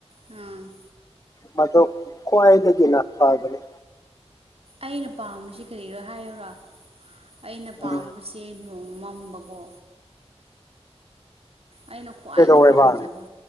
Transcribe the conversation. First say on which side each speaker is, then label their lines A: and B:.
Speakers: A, on the right; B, on the left.
A: ꯎꯝ
B: ꯃꯗꯨ ꯀꯋꯥꯏꯗꯗꯒꯤꯅ ꯐꯕꯅꯦ
A: ꯑꯩꯅ ꯄꯥꯝꯕꯁꯤ ꯀꯔꯤꯔꯣ ꯍꯥꯏꯌꯨꯔꯥ ꯑꯩꯅ ꯄꯥꯝꯕꯁꯦ
B: ꯎꯝ
A: ꯅꯨ ꯃꯝꯕꯀꯣ ꯑꯩꯅ ꯈ꯭ꯋꯥꯏꯗꯩ
B: ꯀꯩꯗꯧꯋꯦꯕ
A: ꯄꯥꯝꯖꯕ